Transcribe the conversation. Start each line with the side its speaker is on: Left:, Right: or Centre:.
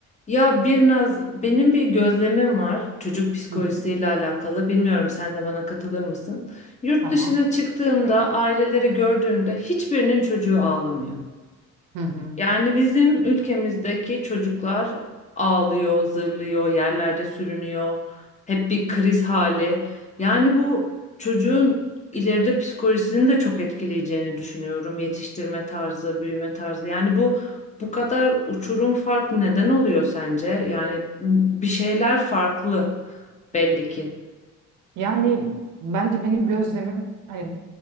Left: Ya bir naz benim bir gözlemim var çocuk psikolojisiyle
Right: Hı hı,
Left: alakalı. Bilmiyorum sen de bana katılır mısın? Yurt
Right: tamam.
Left: dışına çıktığımda aileleri gördüğümde hiçbirinin çocuğu ağlamıyor.
Right: Hı hı.
Left: Yani bizim ülkemizdeki çocuklar ağlıyor, zırlıyor, yerlerde sürünüyor. Hep bir kriz hali. Yani bu çocuğun ileride psikolojisini de çok etkileyeceğini düşünüyorum. Yetiştirme tarzı, büyüme tarzı. Yani bu bu kadar uçurum fark neden oluyor sence? Yani bir şeyler farklı belli ki.
Right: Yani bence benim gözlemim hani